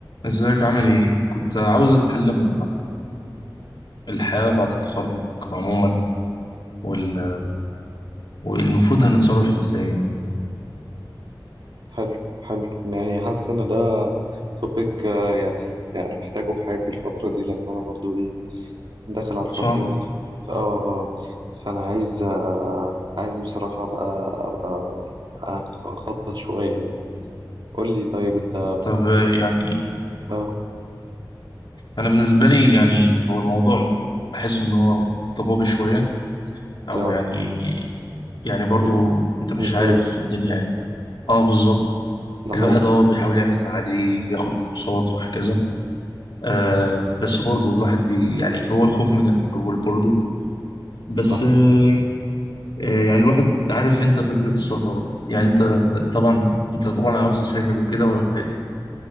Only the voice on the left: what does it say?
ازيك عامل ايه؟ كنت عاوز اتكلم عن الحياة بعد التخرج عموما وال... والمفروض هنتصرف ازاي
صح؟
طب
يعني
انا بالنسبة لي يعني هو الموضوع بحس ان هو ضبابي شوية او
يعني يعني برضو
انت مش
عارف في الدنيا يعني انت اه بالظبط
الواحد
اه بيحاول يعمل اللي عليه بياخد كورسات وهكذا آه بس برضو الواحد بي يعني هو الخوف من المجهول برضو بس
آه آه، يعني الواحد عارف انت فكرة السفر يعني انت طبعا انت طبعا عاوز تسافر وكده ولا ايه الدنيا